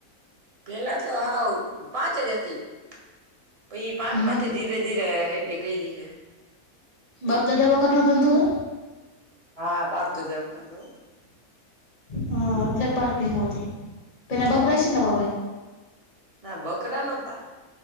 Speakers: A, on the right (about 25°); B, on the left (about 35°).
A: પેલા તો હાવ પાંચ જ હતી, પહિ ઇ પાંચમાંથી
B: હમ
A: ધીરે ધીરે એટલી કયરી હે.
B: બાપ દાદા વખતનો ધંધો હે?
A: હા, બાપ દાદા વખતનો
B: હઅ, એટલે પાંચ ભેહુ હતી, પેલા બકરાય હસે ન તમાર પાહે!
A: ના બકરા નોતા.